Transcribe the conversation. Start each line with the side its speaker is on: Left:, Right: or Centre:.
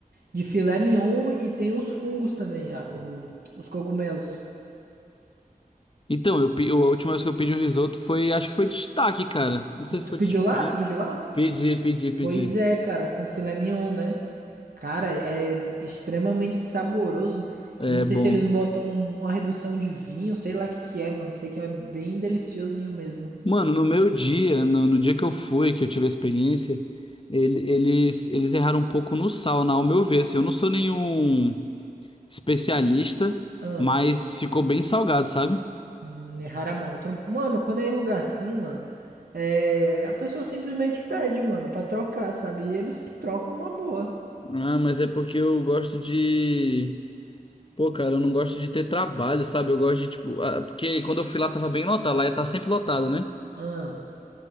Right: De filé mignon e tem os fungos também, a- o- os cogumelos.
Left: Então, eu, pe- a última vez que eu pedi um risoto foi, acho que foi de shiitake, cara. Não sei se
Right: Tu
Left: foi
Right: pediu
Left: de shiitake.
Right: lá? Tu pediu lá?
Left: Pedi, pedi, pedi.
Right: Pois é, cara, com filé mignon, né? Cara, é extremamente saboroso.
Left: É
Right: Eu não sei
Left: bom.
Right: se eles botam um- uma redução de vinho, sei lá o que que é, mano. Sei que é bem deliciosinho mesmo.
Left: Mano, no meu dia, no, no dia que eu fui, que eu tive a experiência, ele- eles, eles erraram um pouco no sal, na, ao meu ver. Assim, eu não sou nenhum especialista,
Right: Ah,
Left: mas ficou bem salgado, sabe?
Right: hum, errar a Tu não- Mano, quando é em lugar assim, mano, é... a pessoa simplesmente pede, mano, pra trocar, sabe? E eles trocam numa boa.
Left: Ah, mas é porque eu gosto de. Pô, cara, eu não gosto de ter trabalho, sabe? Eu gosto de, tipo. ah, Porque quando eu fui lá tava bem lotado, lá tá sempre lotado, né?
Right: Ah.